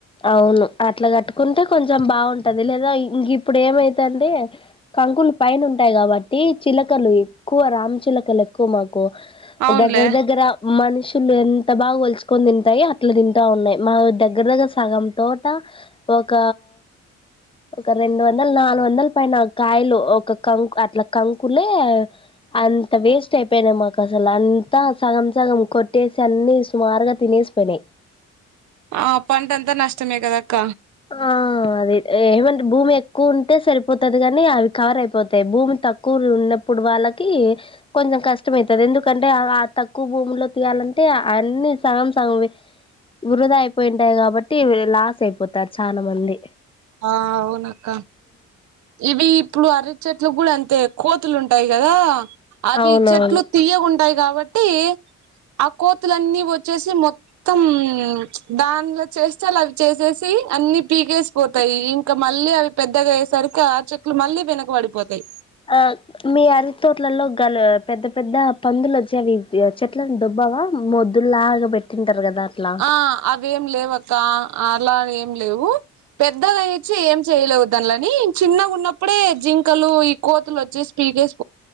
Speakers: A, on the left; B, on the right.
A: అవును అట్లా కట్టుకుంటే కొంచెం బాగుంటు పది లేదా ఇంక ఇప్పుడు ఏమైత అంటే కంకులు పైన ఉంటాయి కాబట్టి చిలకలు ఎక్కువ రామ్చలకలు ఎక్కువ మాకు
B: అవునులే
A: దగ్గర దగ్గర మనుషులు ఎంత బాగా వాలుచొక్కని తింటాయి అట్లా తింటా ఉన్నాయి మా దగ్గర దగ్గర సగం తోట ఒక ఒక రెండు వందలు నాలుగు వందల పైన కాయలు ఒక కం అట్లా కంకులే అంత వేస్ట్ అయిపోయిన మావి అసలు అంతా సగం సగం కొట్టేసి అన్ని సుమారుగా తినేసి పోనాయి
B: ఆ పంంట అంతా నష్టమేగ అదక్క
A: ఆ అది ఏమంటే భూమి ఎక్కువ ఉంటే సరిపోతుది కానీ అవి కవర్ అయిపోతాయి భూమి తక్కువ ఉన్నప్పుడు వాళ్ళకి కొంచెం కష్టమ అవుతుది ఎందుకంటే తక్కువ భూమిలో తీయాల అంటే అన్ని సగం సగం వృధా అయిపోయింటాయి కాబట్టి లాస్ అయిపోత చాలా మంది
B: ఆ అవునక్క ఇవి ఇప్పుడు అర చెట్లు కూడా అంతే కోతులు ఉంటాయి కదా అవి
A: అవునవును
B: చెట్లు తీయగాంటాయి కాబట్టి ఆ కో కోతులున్ని వచ్చేసి మొత్తం మొత్తం ద్యాన్ల చేస్తే అవి చేసేసి అన్ని పీకేసి పోతాయి ఇంకా మళ్ళీ అవి పెద్దగా అయేసరికి ఆ చెక్లు మళ్ళీ వెనకబడిపోతాయి
A: ఆ మీ అరి తోట్లలో గల పెద్ద పెద్ద పందులు వచ్చేవి చెట్లను దబ్బు బాగా మొద్దు లాగా పెట్టింటారు కదా అట్లా
B: ఆ అవేం లేవు అక్క అలా ఏం లేవు పెద్దది ఇచ్చి ఏం చేయలేదు అనిల కానీ చిన్నగా ఉన్నప్పుడే జింకలు ఈ కోతులు వచ్చేసి పీడేసి